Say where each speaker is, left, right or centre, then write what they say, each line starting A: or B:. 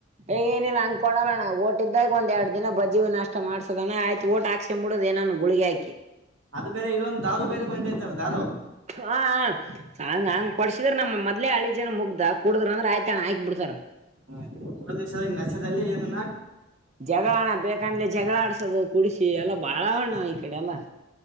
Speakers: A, on the right; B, on the right.
A: ಏ ಏನಿಲ್ಲ ಹಂಗ್ ಕೊಡಲ್ಲಣ ಓಟಿದ್ದಾಗ ಒಂದ್ ಎರಡ್ ದಿನ ಬಜ್ಜಿ ನಷ್ಟ ಮಾಡ್ಸ. ಸದ ಆಯ್ತ ವೋಟ್ ಹಾಕ್ಸ್ಕೊ ಬಿಡೋದ ಏನಾದ್ರು ಗುಳಿಗೆ ಹಾಕಿ.
B: ಅದು ಬೇರೆ ಇದೊಂದು ದಾರು ಬೇರೆ ಬಂದೈತಲ್ಲ ದಾರು.
A: ಹ ಹಂಗ ಹಂಗ್ ಕೊಡ್ಸಿದ್ರ ನಮ್ಮ್ ಮದ್ಲೆ ಹಳಿ ಜನ ಮುಗ್ದ ಕುೂಡಿದ್ರ ಅಂದ್ರೆ ಆಯ್ತಣ ಆಯಕ್ ಬಿಡ್ತಾರ.
B: ಹ ಕುಡುತಿಸ ನಶೆಯಲ್ಲಿ ಏನೇನು.
A: ಜಗಳಣ ಬೇಕಂದಲೆ ಜಗಳ ಆಡ್ಸೋದು ಕುಡಿಸಿ ಎಲ್ಲ. ಬಾಳ ಅವಣ್ಣ್ ಈ ಕಡೆ ಎಲ್ಲಾ